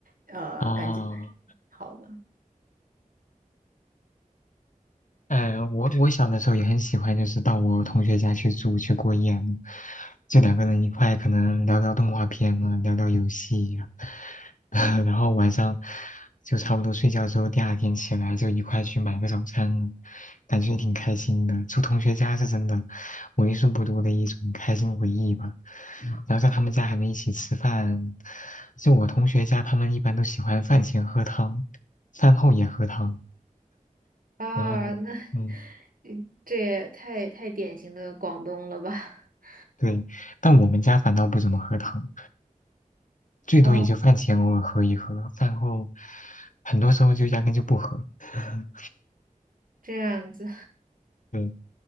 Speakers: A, on the right; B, on the left.
A: 呃，
B: 啊。
A: 感觉还挺好的。
B: 呃，我我小的时候也很喜欢，就是到我同学家去住去过夜嘛，就两个人一块，可能聊聊动画片啊，聊聊游戏呀、<laughs> 然后晚上就差不多睡觉之后，第二天起来就一块去买个早餐，感觉挺开心的。住同学家是真的为数不多的一种开心回忆吧。然后在他们家还能一起吃饭，就我同学家，他们一般都喜欢饭前喝汤，饭后也喝汤，
A: 啊，
B: 然后嗯。
A: 那 <laughs> 这也太太典型的广东了吧？<laughs>
B: 对，但我们家反倒不怎么喝汤，最多也就饭前偶尔喝一喝，
A: 啊，
B: 饭后很多时候就压根就不喝。<laughs>
A: 这样子。
B: 对，